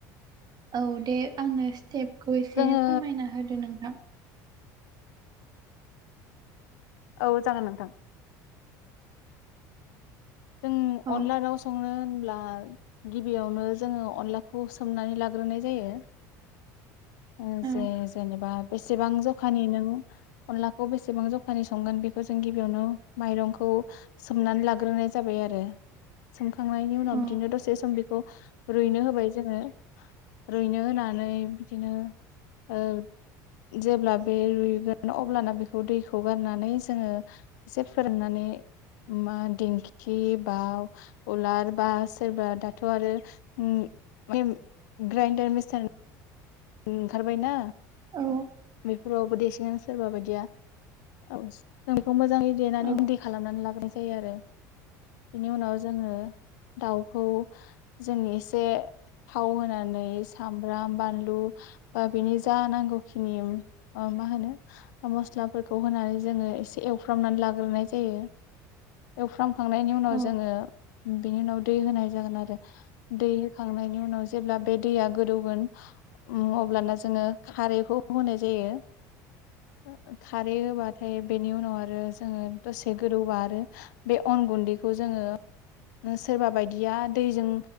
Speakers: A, on the right; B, on the left.
A: औ दे आंनो स्टेपखौ एसे
B: जोङो
A: फोरमायना होदो नोंथां
B: औ जागोन नोंथां जों
A: औ
B: अनला दाउ सं संनो होनब्ला गिबिआवनो जोङो अनलाखौ सोमनानै लाग्रोनाय जायो ओ
A: औ
B: जे जेनोबा बेसेबां जखानि नों अनलाखौ बेसेबां जखानि संगोन बेखौ जों गिबिआवनो माइरंखौ हो सोमनानै लाग्रोनाय जाबाय आरो सोमखांनायनि उनाव
A: औ
B: बिदिनो दसे सम बेखौ रुइनो होबाय जोङो रुइनो होनानै बिदिनो ओ जेब्ला बे रुइगोन अब्लाना बेखौ दैखौ गारनानै जोङो एसे फोरनानै मा दिंखि बाव उलार बा सोरबा दाथ' आरो उम ग्रेन ग्रेन्डार मेचिन ओंखारबायना
A: औ
B: बेफोरावबो देसिगोन सोरबा बायदिआ औ जों बेखौ मोजाङै देनानै
A: औ
B: गुन्दै खालामनानै लागोरनाय जायो आरो बेनि उनाव जोङो दाउखौ हो जों एसे थाव होनानै सामब्राम बानलु ओ बिनि जा नांगौ खिनि ओ‌ मा होनो मस्लाफोरखौ होनानै जोङो एसे एव हुफ्रामनानै लाग्रोनाय जायो ऐवफ्रामखांनायनि उनाव
A: औ
B: जोङो बेनि उनाव दै होनाय जागोन आरो दै होखांनायनि उनाव जेब्ला बे दैआ गोदौगोन हो उम अब्लाना जोङो खारैखौ होनाय जायो ओ खारै होबाथाय बेनि उनाव आरो जोङो दसे गोदौबा आरो बे अन गुन्दैखौ जोङो सोरबा बायदिया दैजों